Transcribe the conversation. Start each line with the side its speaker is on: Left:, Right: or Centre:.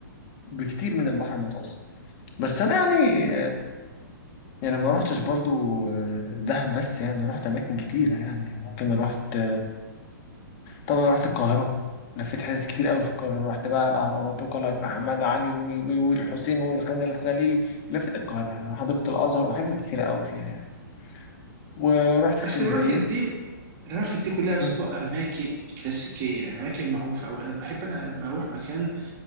Left: بكتير من البحر المتوسط بس أنا يعني يعني ما روحتش برضو آه، دهب بس يعني رحت أماكن كتيرة يعني ممكن رحت طبعا رحت القاهرة لفيت حتت كتير قوي في القاهرة رحت بقى الأهرامات وقلعة محمد علي و- و- والحسين والخان الخليلي لفيت القاهرة يعني وحديقة الأزهر وحتت كتيرة قوي فيها يعني ورحت اسكندرية
Right: بس الاماكن دي الاماكن دي كلها يا اسطى
Left: مم.
Right: اماكن كلاسيكيه يعني اماكن معروفه او انا بحب انا لما اروح مكان